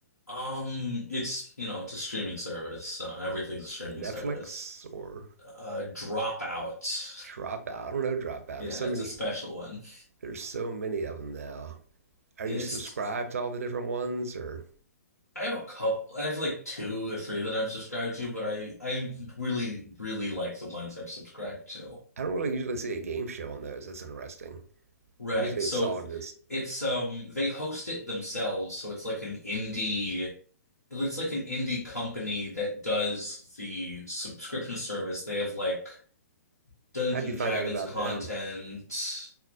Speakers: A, on the left; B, on the right.
A: Um, it's you know, it's a streaming service, so everything's a streaming
B: At Netflix
A: service.
B: or
A: Uh, Dropout.
B: Dropout? I don't know Dropout.
A: Yeah,
B: There's so
A: it's
B: many.
A: a special one.
B: There's so many of them now. Are
A: Yeah,
B: you
A: it's
B: subscribed to all the different ones, or
A: I have a couple I have like two or three that I'm subscribed to, but I I really, really like the ones I'm subscribed to.
B: I don't really usually see a game show on those. That's interesting.
A: Right.
B: Usually
A: So
B: it's all just.
A: it's um they host it themselves, so it's like an indie it's like an indie company that does the subscription service. They have like Dungeons
B: How do
A: and
B: you find
A: Dragons
B: out about
A: content.
B: them?